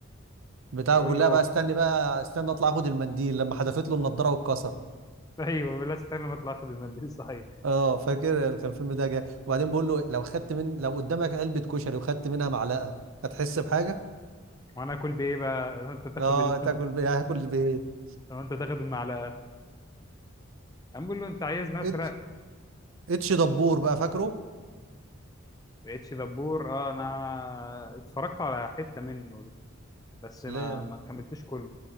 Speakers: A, on the right; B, on the left.
A: بتاع
B: بيقول
A: بقول لها
B: له
A: بقى استني بقى استني اطلع اخد المنديل لما حدفت له النضارة واتكسر
B: ايوه بيقول لا استنى ما اطلع اخد المنديل صحيح
A: اه فاكر كان الفيلم ده جاي وبعدين بقول له لو خدت من لو قدامك علبة كشري وخدت منها معلقة هتحس بحاجة؟
B: وانا اكل بايه بقى لو انت تاخد
A: اه
B: ال...
A: تاكل بيه هاكل بايه؟
B: <laughs> لو انت تاخد المعلقه قام بيقول له انت عايزني
A: اتش
B: اسرق
A: اتش دبور بقى فاكره؟
B: اتش دبور اه انا اتفرجت على حته منه ده بس ما
A: لا
B: ما كملتوش كله